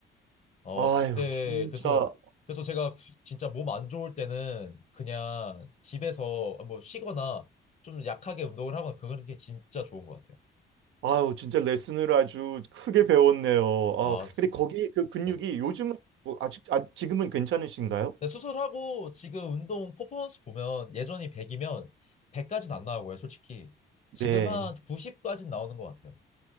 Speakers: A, on the left; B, on the right.
A: 어,
B: 아유,
A: 그때,
B: 진짜.
A: 그래서, 그래서 제가 진짜 몸 안 좋을 때는 그냥 집에서 뭐 쉬거나 좀 약하게 운동을 하거나 그런 게 진짜 좋은 것 같아요.
B: 아유, 진짜 레슨을 아주 크게 배웠네요. 아우,
A: 아, 지-
B: 근데 거기 그 근육이
A: 네.
B: 요즘은 뭐 아직, 아, 지금은 괜찮으신가요?
A: 근데 수술하고 지금 운동 퍼포먼스 보면 예전이 100이면 100까지는 안 나오고요, 솔직히. 지금
B: 네.
A: 한 90까지는 나오는 것 같아요.